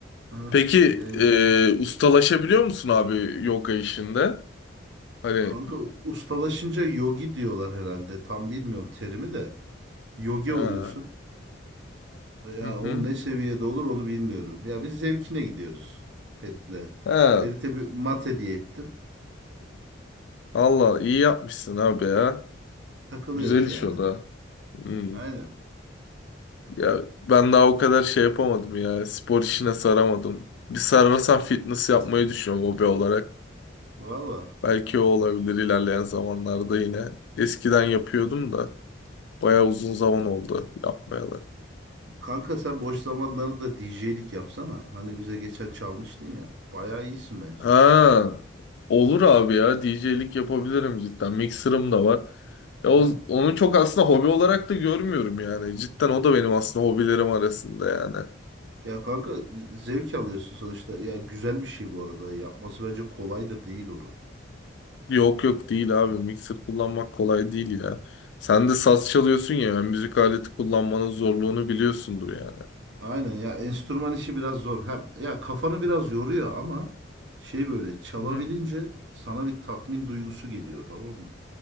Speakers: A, on the right; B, on the left.
A: Hı,
B: Peki
A: Yani
B: e, ustalaşabiliyor musun abi yoga işinde? Hani
A: kanka u- ustalaşınca yogi diyorlar herhalde. Tam bilmiyorum terimi de. Yogi
B: ha.
A: oluyorsun. Yani
B: Hı hı.
A: o ne seviyede olur onu bilmiyorum. Ya biz zevkine gidiyoruz Ferit'le.
B: Ha.
A: Ferit'e bir mat hediye ettim.
B: Allah iyi yapmışsın abi ya.
A: Takılıyoruz
B: Güzel iş
A: yani.
B: o da. Hı.
A: Aynen.
B: Ya ben daha o kadar şey yapamadım ya. Spor işine saramadım. Bir sarılsam fitness yapmayı düşünüyorum hobi olarak.
A: Valla.
B: Belki o olabilir ilerleyen zamanlarda yine. Eskiden yapıyordum da bayağı uzun zaman oldu yapmayalı.
A: Kanka sen boş zamanlarında DJ'lik yapsana. Hani bize geçen çalmıştın ya. Bayağı iyisin bence.
B: Ha, olur abi ya DJ'lik yapabilirim cidden. Mixer'ım da var. Ya o,
A: Ha?
B: onu çok aslında hobi olarak da görmüyorum yani. Cidden o da benim aslında hobilerim arasında yani.
A: Ya kanka zevk alıyorsun sonuçta. Ya güzel bir şey bu arada. Yapması bence kolay da değil onu.
B: Yok yok değil abi. Mixer kullanmak kolay değil ya. Sen de saz çalıyorsun ya. yani müzik aleti kullanmanın zorluğunu biliyorsundur yani.
A: Aynen ya enstrüman işi biraz zor. Hem ya kafanı biraz yoruyor ama şey böyle çalabilince
B: Hı hı.
A: sana bir tatmin duygusu geliyor tamam mı?